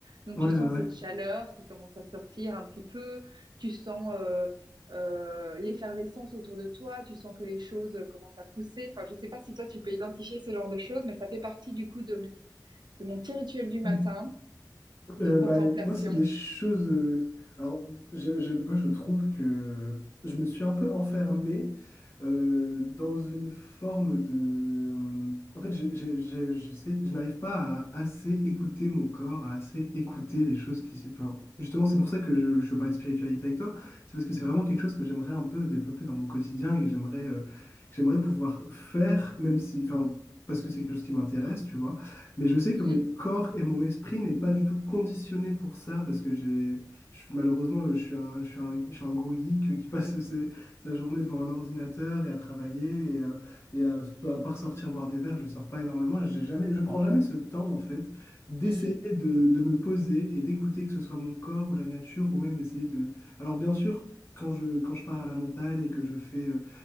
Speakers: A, on the right; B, on the left.
A: Donc,
B: Ouais,
A: tu sens
B: ouais,
A: cette chaleur qui commence à sortir un petit peu. Tu sens euh, euh, l'effervescence autour de toi. Tu sens que les choses euh, commencent à pousser. Enfin, je sais pas si toi, tu peux identifier ce genre de choses, mais ça fait partie du coup de mon, de mon petit rituel du matin
B: ouais.
A: de
B: Euh,
A: contemplation.
B: bah, moi, c'est des choses. euh, Alors, je, je, moi, je trouve que je me suis un peu enfermé euh, dans une forme de. En fait, je, je- je- j'essaie- je n'arrive pas à assez écouter mon corps, à assez écouter les choses qui. se- Enfin, justement, c'est pour ça que je, je parlais de spiritualité avec toi. C'est parce que c'est vraiment quelque chose que j'aimerais un peu développer dans mon quotidien et que j'aimerais euh, que j'aimerais pouvoir faire, même si. Enfin, parce que c'est quelque chose qui m'intéresse, tu vois. Mais je sais
A: Mhm.
B: que mon corps et mon esprit n'est pas du tout conditionné pour ça, parce que j'ai, je suis, malheureusement, je suis un, je suis un, je suis un gros geek qui passe <laughs> ses- sa journée devant un ordinateur et à travailler, et, à, et à, à part sortir boire des verres, je sors pas énormément, et j'ai jamais, je prends jamais ce temps, en fait, d'essayer
A: Mm.
B: de, de me poser et d'écouter que ce soit mon corps ou la nature, ou même d'essayer de... Alors bien sûr, quand je, quand je pars à la montagne et que je fais euh,